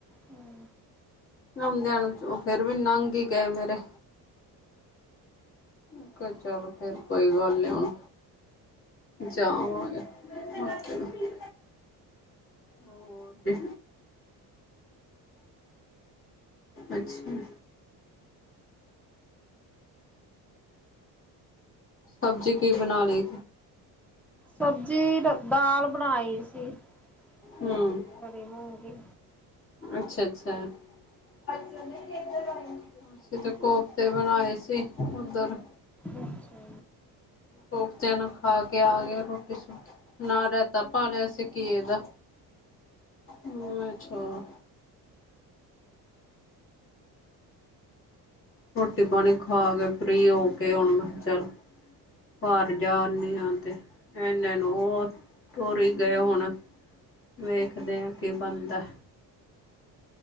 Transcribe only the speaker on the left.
ਆਉਂਦਿਆਂ ਨੂੰ ਫੇਰ ਵੀ ਨੰਘ ਹੀ ਗਏ ਮੇਰੇ। ਮੈੰ ਕਿਹਾ ਚੱਲੋ, ਫੇਰ ਕੋਈ ਗੱਲ ਨੀ ਹੁਣ। ਜਾ ਆਵਾਂਗੇ, ਓਕੇ। ਹੋਰ ਤੇ। ਅੱਛਾ। ਸਬਜ਼ੀ ਕੀ ਬਣਾ ਲਈ।
ਹੂੰ
ਅੱਛਾ -ਅੱਛਾ। ਅਸੀਂ ਤੇ ਕੋਫਤੇ ਬਣਾਏ ਸੀ, ਉਧਰ।
ਕੋਫਤਿਆਂ ਨਾਲ ਖਾ ਕੇ ਆ ਕੇ ਰੋਟੀ ਸੁੂਖੀ। ਨਾ ਰਹਿਤਾ ਪਾ ਲਿਆ ਸੀ ਘੀਏ ਦਾ, ਮੈਂ ਕਿਹਾ ਛੋੜ। ਰੋਟੀ ਪਾਣੀ ਖਾ ਕੇ ਫਰੀ ਹੋ ਕੇ, ਹੁਣ ਮੈਂ ਕਿਹਾ ਚੱਲ। ਭਰ ਜਾਦੀ ਆ ਤੇ, ਇਹਨੇ ਨੂੰ ਉਹ। ਤੋਰੀ ਗਏ ਹੁਣ, ਵੇਖਦੇ ਆ, ਕੀ ਬਣਦਾ।